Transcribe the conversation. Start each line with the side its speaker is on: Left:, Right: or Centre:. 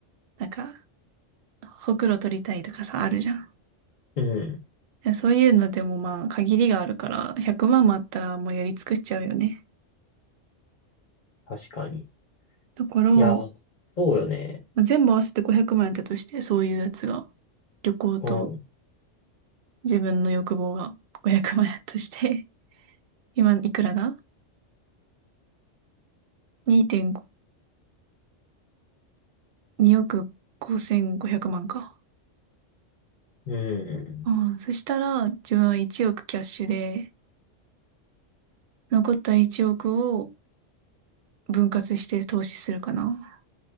Right: なんか、ほくろ取りたいとかさ、あるじゃん。
Left: うん。
Right: でそういうのでもまあ限りがあるから、100万もあったらもうやり尽くしちゃうよね。
Left: 確かに。
Right: ところ
Left: いや、そうよね。
Right: まあ全部合わせて500万円っとして、そういうやつが、旅行と
Left: うん。
Right: 自分の欲望が500万円だとして、<laughs> 今いくらだ ?2.5、2億5500万か。
Left: うん。
Right: うん、そしたら、自分は1億キャッシュで、残った1億を分割して投資するかな。